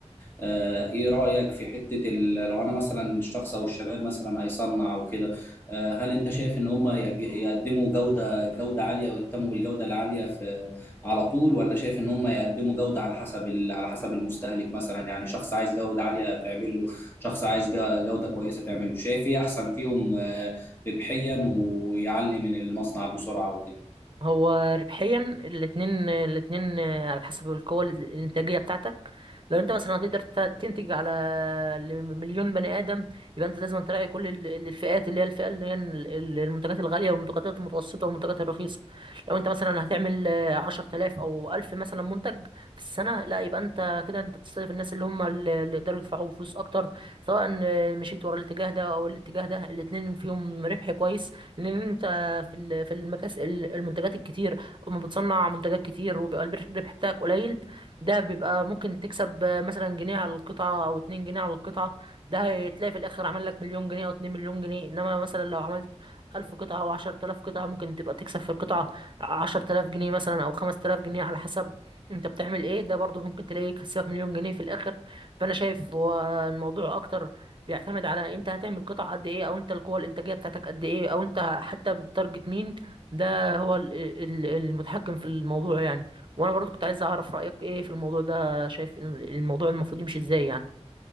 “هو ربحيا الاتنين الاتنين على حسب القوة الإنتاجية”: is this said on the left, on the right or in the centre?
Right